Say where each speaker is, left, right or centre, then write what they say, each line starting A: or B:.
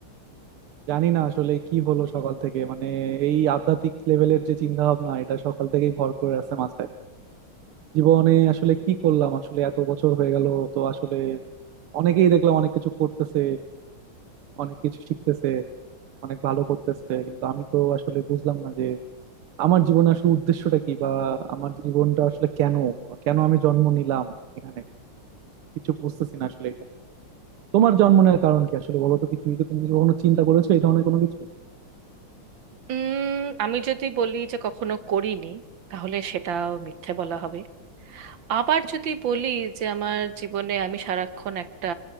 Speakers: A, on the right; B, on the right.
A: জানি না আসলে কি হলো সকাল থেকে মানে এই আধ্যাত্মিক লেভেলের যে চিন্তা ভাবনা এটা সকাল থেকেই ভর করে আছে মাথায় জীবনে আসলে কি করলাম আসলে এত বছর হয়ে গেল তো আসলে অনেকেই দেখলাম অনেক কিছু করতেছে অনেক কিছু শিখতেছে অনেক ভালো করতেছে কিন্তু আমি তো আসলে বুঝলাম না আমার জীবনে আসলে উদ্দেশ্যটা কি বা আমার জীবনটা আসলে কেন কেন আমি জন্ম নিলাম এখানে কিছু বুঝতেছি না আসলে এটা তোমার জন্ম নেওয়ার কারণ কি আসলে বলো তো পৃথিবীতে তুমি কি কখনো চিন্তা করেছো এই ধরনের কোনো কিছু
B: উম আমি যদি বলি যে কখনো করিনি তাহলে সেটাও মিথ্যে বলা হবে আবার যদি বলি যে আমার জীবনে আমি সারাক্ষণ একটা